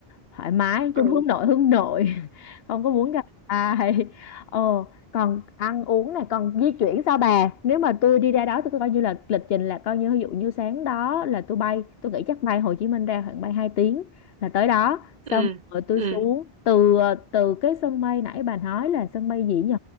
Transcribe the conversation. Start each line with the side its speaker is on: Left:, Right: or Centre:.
Left: thoải mái
Right: ờ
Left: chung hướng nội hướng nội <laughs> không có muốn gặp ai ờ còn ăn uống này còn di chuyển sao bà nếu mà tôi đi ra đó tôi coi như là lịch trình là coi như ví dụ như sáng đó là tôi bay tôi nghĩ chắc bay Hồ Chí Minh ra khoảng bay 2 tiếng là tới đó xong
Right: ừ
Left: rồi tôi
Right: ừ
Left: xuống từ từ cái sân bay nãy bà nói là sân bay gì nhỉ